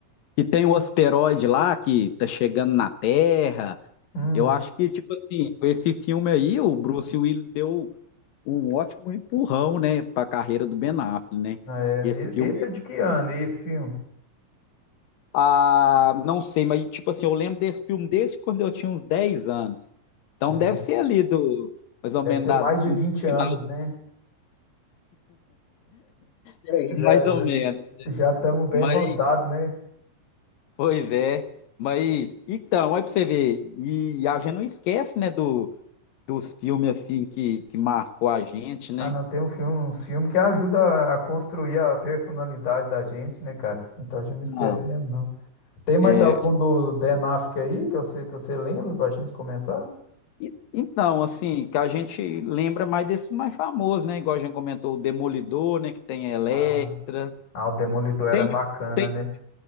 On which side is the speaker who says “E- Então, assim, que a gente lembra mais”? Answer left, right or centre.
Left